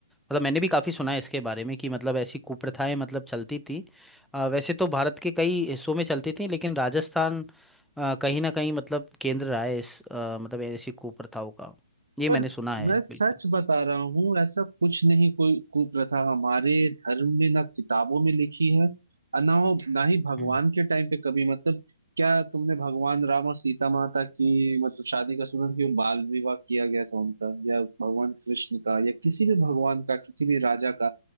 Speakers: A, in the centre; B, on the right.
A: मतलब मैंने भी काफ़ी सुना है इसके बारे में कि मतलब ऐसी कुप्रथाएं मतलब चलती थी अ, वैसे तो भारत के कई हिस्सों में चलती थी लेकिन राजस्थान अ, कहीं ना कहीं मतलब केंद्र रहा है इस अ, मतलब ऐसी कुप्रथाओं का ये
B: पर
A: मैंने सुना है
B: मैं सच
A: बिल्कुल
B: बता रहा हूँ ऐसा कुछ नहीं कोई कुप्रथा हमारे धर्म में ना किताबों में लिखी है और ना हो ना ही भगवान
A: हम्म,
B: के टाइम पे कभी मतलब क्या तुमने भगवान राम और सीता माता की मतलब शादी का सुना कि वो बाल विवाह किया गया था उनका या भगवान कृष्ण का या किसी भी भगवान का किसी भी राजा का